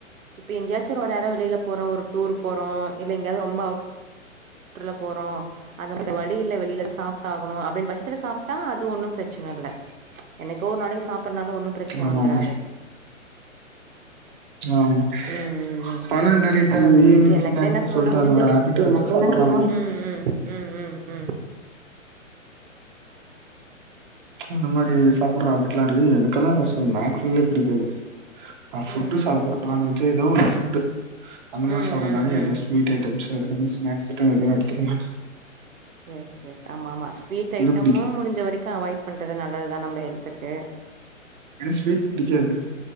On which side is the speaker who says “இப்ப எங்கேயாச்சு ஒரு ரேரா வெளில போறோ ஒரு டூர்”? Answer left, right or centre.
Right